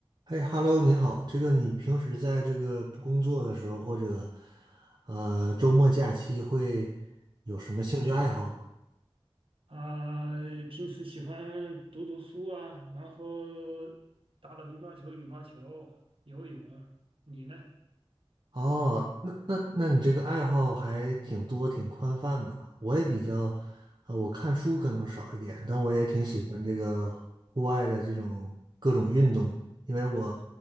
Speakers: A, on the right; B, on the right.
A: 嘿，Hello，你好。这个你平时在这个不工作的时候，或者呃周末假期，会有什么兴趣爱好吗？
B: 啊，平时喜欢读读书啊，然后打打乒乓球、羽毛球、游泳。你呢？
A: 哦，那那那你这个爱好还挺多，挺宽泛的哈。我也比较，呃，我看书可能少一点，但我也挺喜欢这个户外的这种各种运动，
B: 啊
A: 因为我
B: 啊，